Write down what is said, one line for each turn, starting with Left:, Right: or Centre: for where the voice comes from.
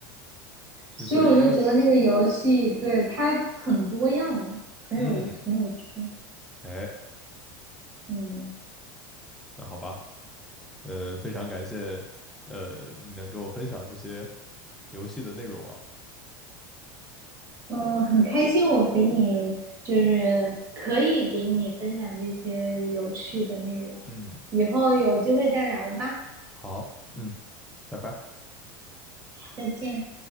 Centre: 就所以就是，
Right: 所以我就觉得那个游戏对它很多样，很有很有趣，
Centre: 嗯，哎，
Right: 嗯
Centre: 那好吧，嗯，非常感谢，呃，你能给我分享这些游戏的内容啊。
Right: 嗯，很开心我给你就是可以给你分享这些有趣的内容，
Centre: 嗯，
Right: 以后有机会再聊吧，
Centre: 好，嗯，拜拜。
Right: 再见。